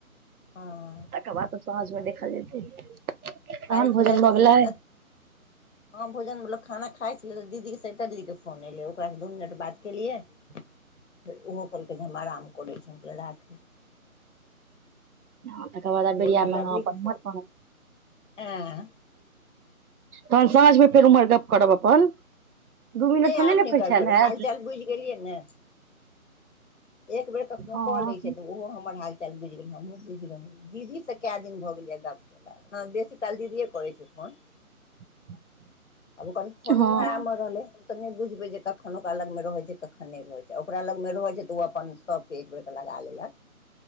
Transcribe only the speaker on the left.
हँ
खाइ छलियै
तऽ
सरिता
हँ भोजन म खाना खाय छी त दीदी के सेता दी के फोन एलेै ओकरा स दू मिनट बात केलियाय
फेर उहो कहलकै जे हम आराम कलै छी हम कहलियै राखै
भोरमे
लवली
के
फोन
एँ
नहि
आब
नहि
करब
करब
हाल चाल बुझि गेलियै ने एक बेर कखनो
क ले छै त ओहो हमर हाल चलि बुझिहु हमहुँ बुझिहुँ दीदी से क दिन भऽ गेलै गप <unintelligible> बेसी काल दीदिये करै छै फोन
आब ओकर फोनी
ईमहर आमहर रहलै तऽ नै बुझबै जे कखन ओकरा लग मे रहै छै कखन नै रहै छै ओकरा लगमे रहै छै तऽ ओ अपन सबके एक बेरक अपन लगा लेलक